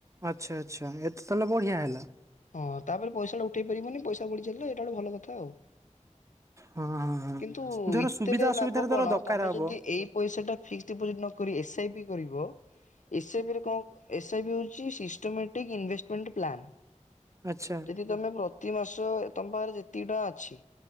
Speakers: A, on the right; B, on the left.
A: ଆଚ୍ଛା ଆଚ୍ଛା ଏ ତ ତାହେଲେ ବଢ଼ିଆ ହେଲା।
B: ହଁ ତାପରେ ପଇସାଟା ଉଠେଇ ପାରିବନି ପଇସା ବଢିଚାଲିଲା ଏଇଟା ଗୋଟେ ଭଲ କଥା ଆଉ।
A: ହଁ ହଁ ହଁ।
B: କିନ୍ତୁ
A: ଧର
B: ଇତେରେ
A: ସୁବିଧା ଅସୁବିଧାରେ
B: ଲାଭ କଣ
A: ଧର ଦରକାର
B: ତମେ
A: ହବ
B: ଯଦି ଏଇ ପଇସା ଟା ଫିକ୍ସ ଡିପୋଜିଟ ନ କରି ଏସ୍ ଆଇ ପି କରିବ, ଏସ୍ ଆଇ ପି ରେ କଣ କ ଏସ୍ ଆଇ ପି ହୋଉଚି ସିଷ୍ଟମେଟିକ୍ ଇନଭେଷ୍ଟମେଣ୍ଟ ପ୍ଲାନ୍।
A: ଆଛା।
B: ଯଦି ତମେ ପ୍ରତି ମାସ, ତମ ପାଖରେ ଯେତିକି ଟଙ୍କା ଅଛି,